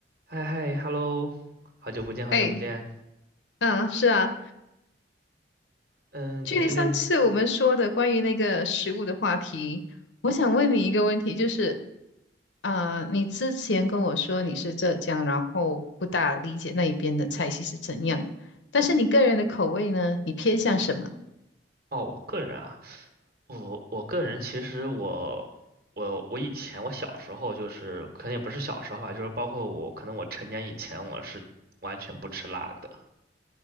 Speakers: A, on the right; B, on the left.
A: 嗨嗨，Hello，好久不见，好久不见。
B: 哎，嗯，是啊，
A: 嗯，
B: 距离上次我们说的关于那个食物的话题，
A: 你最近
B: 我想问你一个问题，就是，啊、你之前跟我说你是浙江，然后不大理解那一边的菜系是怎样，但是你个人的口味呢，你偏向什么？
A: 哦，我个人啊，我我个人其实我我我以前我小时候就是可能也不是小时候吧，就是包括我可能我成年以前我是完全不吃辣的，